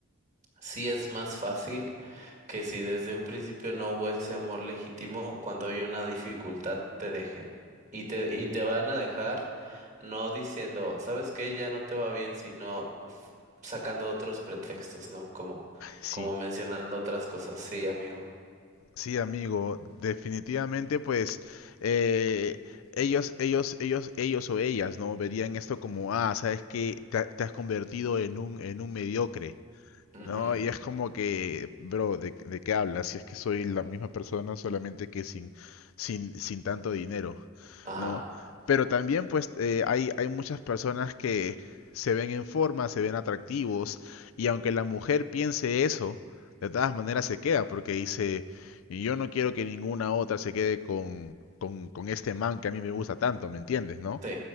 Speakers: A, on the right (about 35°); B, on the left (about 75°).
A: Sí es más fácil que si desde un principio no hubo ese amor legítimo, cuando hay una dificultad te dejen. Y te, y te van a dejar no diciendo, ¿sabes qué? Ya no te va bien, sino f- sacando otros pretextos, ¿no? Como,
B: Sí,
A: como mencionando otras cosas. Sí, amigo.
B: sí, amigo, definitivamente pues eh, ellos, ellos, ellos, ellos o ellas, ¿no? Verían esto como, ah, sabes que te, ha- te has convertido en un, en un mediocre.
A: Ujú.
B: No, y es como que, bro, ¿de, de qué hablas? Si es que soy la misma persona, solamente que sin, sin, sin tanto dinero,
A: Ajá.
B: ¿no? Pero también, pues, eh, hay, hay muchas personas que se ven en forma, se ven atractivos, y aunque la mujer piense eso, de todas maneras se queda, porque dice, yo no quiero que ninguna otra se quede con, con, con este man que a mí me gusta tanto, ¿me entiendes, no?
A: Sí.